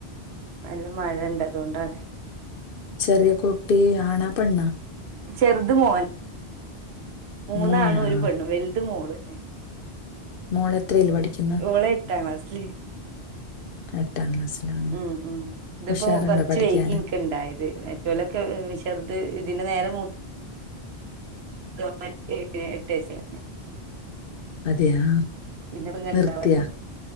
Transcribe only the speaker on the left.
ചെറിയ കുട്ടി ആണാ പെണ്ണ
മോനാ
ആ.
മോൾ എത്രയിൽ പഠിക്കുന്നു
എട്ടാം ക്ലാസ്സിലാണ്
ഉഷാറുണ്ടോ
പഠിക്കാന്
അതെയാ
നിർത്തിയ